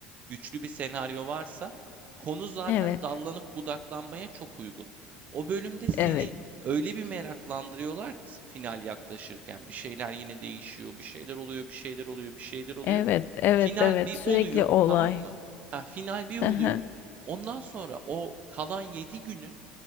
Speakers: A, on the right (about 45°); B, on the left (about 55°).
A: güçlü bir senaryo varsa konu zaten
B: evet,
A: dallanıp budaklanmaya çok uygun. O bölümde seni
B: evet,
A: öyle bir meraklandırıyorlar ki final yaklaşırken bir şeyler yine değişiyor, bir şeyler oluyor, bir şeyler oluyor, bir şeyler oluyor.
B: evet, evet,
A: Final
B: evet.
A: bir
B: Sürekli
A: oluyor,
B: olay.
A: tamam mı? Ha, final bir oluyor.
B: Hı hı,
A: Ondan sonra o kalan 7 günün